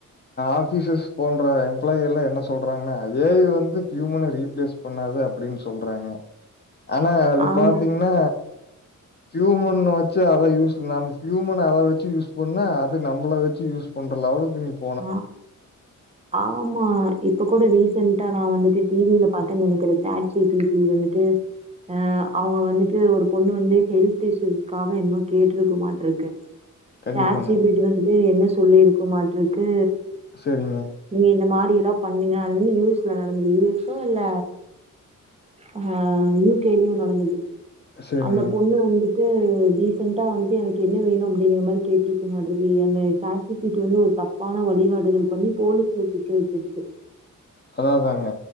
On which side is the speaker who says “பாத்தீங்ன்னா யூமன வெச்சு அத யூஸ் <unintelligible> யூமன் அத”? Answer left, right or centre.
Left